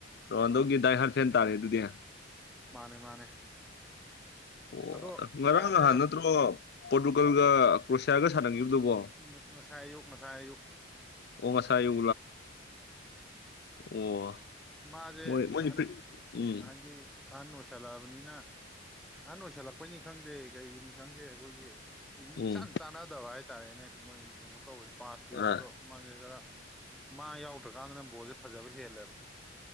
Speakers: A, on the left; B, in the centre.
A: ꯔꯣꯍꯥꯟꯗꯧꯒꯤ ꯗꯥꯏ ꯍꯥꯔꯐꯦꯟ ꯇꯥꯔꯦ ꯑꯗꯨꯗꯤ
B: ꯃꯥꯅꯦ ꯃꯥꯅꯦ
A: ꯑꯣ
B: ꯑꯗꯣ
A: ꯉꯔꯥꯡ
B: ꯌꯥꯗ꯭ꯔꯦꯗ
A: ꯅꯍꯥꯟ ꯅꯠꯇ꯭ꯔꯣ ꯄꯣꯔꯇꯨꯒꯜꯒ ꯀ꯭ꯔꯣꯁꯤꯌꯥꯒ ꯁꯥꯟꯅꯈꯤꯕꯗꯨꯕꯣ
B: ꯎꯝ ꯃꯁꯥ ꯑꯌꯨꯛ ꯉꯁꯥ ꯑꯌꯨꯛ
A: ꯑꯣ ꯉꯁꯥꯏꯂꯥ ꯑꯣ
B: ꯃꯥꯁꯦ
A: ꯃꯣꯏ ꯃꯣꯏ
B: ꯑꯍꯟ
A: ꯄ꯭ꯔꯤ- ꯎꯝ
B: ꯍꯥꯏꯗꯤ ꯑꯍꯟ ꯑꯣꯏꯁꯜꯂꯛꯑꯕꯅꯤꯅ ꯑꯍꯟ ꯑꯣꯏꯁꯜꯂꯛꯄꯅꯤ ꯈꯪꯗꯦ ꯀꯩꯅꯤ ꯈꯪꯗꯦ ꯑꯩꯈꯣꯏꯒꯤ ꯏ
A: ꯎꯝ
B: ꯆꯥꯟꯅꯗꯕ ꯍꯥꯏꯇꯥꯔꯦꯅꯦ ꯃꯣꯏ ꯀꯩꯅꯣ ꯇꯧꯕꯁꯦ ꯄꯥꯁ ꯄꯤꯔꯛꯄꯗꯣ
A: ꯑꯥ
B: ꯃꯥꯁꯦ ꯈꯔ ꯃꯥ ꯌꯥꯎꯗ꯭ꯔꯀꯥꯟꯗꯅ ꯕꯣꯜꯁꯦ ꯐꯖꯕ ꯍꯦꯜꯂꯦꯕ